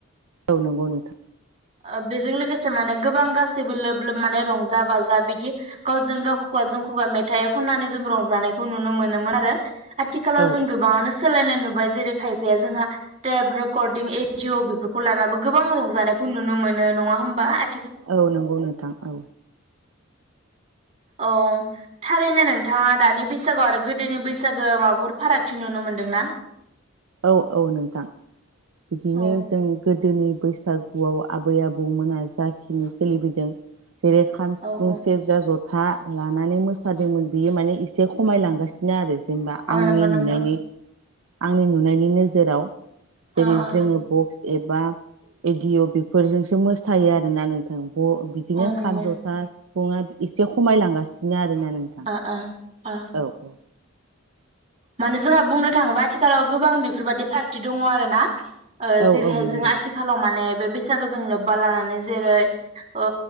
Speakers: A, on the right; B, on the right.
A: औ नंगौ नोंथां।
B: ओ बेजों लोगोसे माने गोबां गासैबो लोब लोब माने रंजा-बाजा बिदि गावजों गाव खुगाजों खुगा मेथाइ खननानै जों रंजानायखौ नुनो मोनोमोन आरो आथि आथिखालाव
A: औ
B: जों गोबाङानो सोलायनाय नुबाय जेरै खायफाया जोंहा टेब रेकर्डिं एदिअ बेफोरखौ लानानै गोबां रंजानायखौ नुनो मोनो नङा होम्बा आ
A: औ नंगौ नोंथां। औ।
B: औ थारैनो नोंथाङा दानि बैसागोआव आरो गोदोनि बैसागो माबाफोर फारागथि नुनो मोनदोंना?
A: औ औ नोंथां बिदिनो
B: औ
A: जों गोदोनि बैसागुआव आबै आबौमोना जाखिनि सोलिबोदों जेरै खाम सिफुं
B: औ औ
A: सेरजा जथ था लानानै मोसादोंमोन बेयो माने एसे खमायलांगासिनो आरो जेनेबा
B: औ
A: आंनि
B: नंगौ नोंथां
A: नुनायनि आंनि नुनायनि नोजोराव जेरै
B: अ अ
A: जोङो बक्स एबा एदिअ बेफोरजोंसो मोसायो आरोना नोंथां अ बिदिनो
B: औ नंगौ
A: खाम जथा सिफुङा एसे खमायलांगासिनो आरो <unintelligible> नोंथां
B: अ अ अ
A: औ औ।
B: माने जोंहा बुंनो थाङोबा आथिखालाव गोबां बेफोरबादि पार्टि दङ आरो ना। ओ
A: औ
B: जेरैहाय
A: औ नंगौ
B: जों आथिखालाव माने बे बैसागोजों लोब्बा लानानै जेरै ओ